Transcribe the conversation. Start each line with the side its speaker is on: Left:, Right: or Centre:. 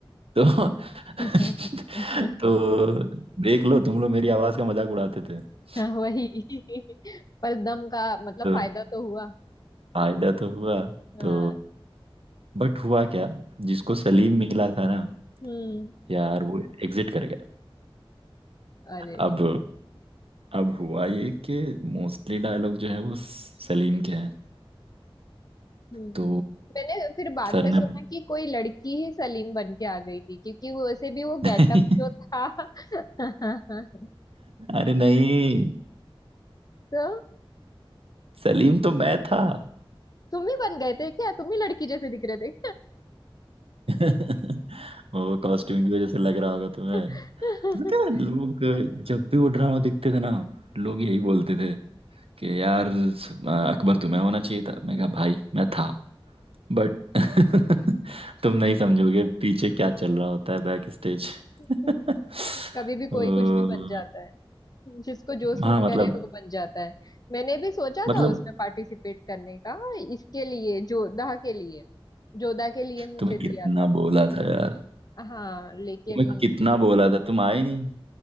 Right: तो <laughs>
Left: <laughs>
Right: तो देख लो तुम लोग मेरी आवाज का मजाक उड़ाते थे <laughs>
Left: वही पर दम का मतलब
Right: तो
Left: फायदा तो हुआ
Right: फायदा तो हुआ
Left: हाँ
Right: तो बट हुआ क्या जिसको सलीम मिला था ना
Left: हम्म
Right: यार वो एग्जिट कर गया
Left: अरे
Right: अब अब हुआ ये कि मोस्टली डायलॉग जो है वो सलीम के हैं
Left: हम्म
Right: तो
Left: मैंने फिर बाद
Right: सर
Left: में सुना
Right: ने
Left: कि कोई लड़की ही सलीम बन के आ गई थी क्योंकि वो वैसे भी वो
Right: <laughs>
Left: गेटअप जो था <laughs>
Right: अरे नहीं
Left: तो
Right: सलीम तो मैं था
Left: तुम ही बन गए थे क्या तुम ही लड़की जैसे दिख रहे थे
Right: <laughs> वो कॉस्ट्यूम की वजह से लग रहा होगा तुम्हें
Left: <laughs>
Right: तो पता है लोग जब भी वो ड्रामा देखते थे ना लोग यही बोलते थे कि यार अकबर तुम्हें होना चाहिए था मैं कहा भाई मैं था बट <laughs> तुम नहीं समझोगे पीछे क्या चल रहा होता है बैक स्टेज
Left: क्या?
Right: <laughs>
Left: कभी भी
Right: वो
Left: कोई कुछ भी बन जाता है जिसको जो सूट
Right: हाँ मतलब
Left: करे वो बन जाता है मैंने भी सोचा
Right: मतलब
Left: था उसमें पार्टिसिपेट करने का इसके लिए जोधा के लिए जोधा के लिए मुझे
Right: तुम्हें
Left: दिया
Right: कितना
Left: था
Right: बोला था यार
Left: हाँ लेकिन
Right: तुम्हें कितना बोला था तुम आए नहीं